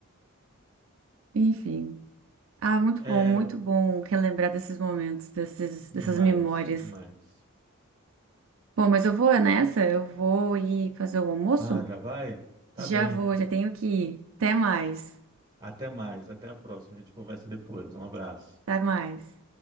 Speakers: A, on the right; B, on the right.
A: enfim. Ah, muito
B: É
A: bom, muito bom relembrar desses momentos, desses,
B: demais,
A: dessas memórias.
B: demais.
A: Bom, mas eu vou nessa, eu vou ir fazer o almoço.
B: Ah, já vai? Tá
A: Já
B: bem.
A: vou, já tenho que ir. Até mais.
B: Até mais, até a próxima. A gente conversa depois. Um abraço.
A: Até mais.